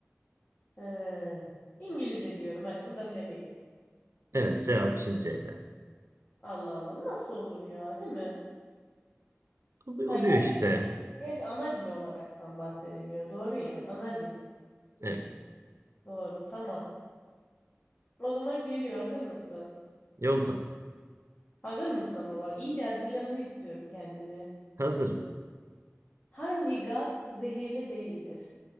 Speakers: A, on the left; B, on the right.
A: He. İngilizce diyorum. Hadi bunu da bilemeyim.
B: Evet, cevap Çinceydi.
A: Allah Allah. Nasıl olur ya, değil mi?
B: Oluyor,
A: Ha
B: oluyor
A: gerçi.
B: işte.
A: Gerçi ana dili olaraktan bahsediliyor. Doğru ya. Ana dil.
B: Evet,
A: Doğru. Tamam. O zaman geliyor. Hazır mısın?
B: yolla.
A: Hazır mısın ama bak iyice hazırlamanı istiyorum kendine.
B: Hazırım.
A: Hangi gaz zehirli değildir?